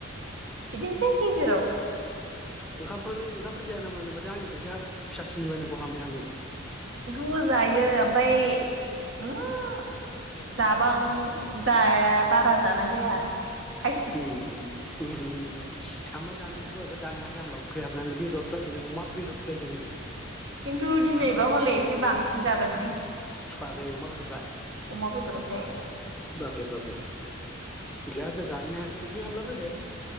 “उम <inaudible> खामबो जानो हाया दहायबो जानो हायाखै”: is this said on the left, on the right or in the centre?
Centre